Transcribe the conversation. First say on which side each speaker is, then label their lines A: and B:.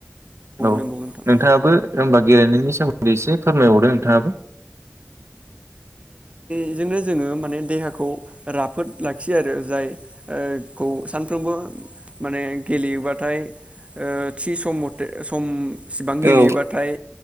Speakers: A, on the right; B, on the right.
A: औ
B: नंगौ नोंथां
A: नोंथाङाबो होमबा गेलेनायनि सोमोन्दै एसे फोरमायहरदो नोंथाङाबो।
B: बेजोंनो जोङो माने देहाखौ राफ फोद लाखियो आरो जाय ओ खौ सानफ्रोमबो माने गेलेयोबाथाय ओ थि सम मथे सम इसेबां गेलेयोबाथाय
A: औ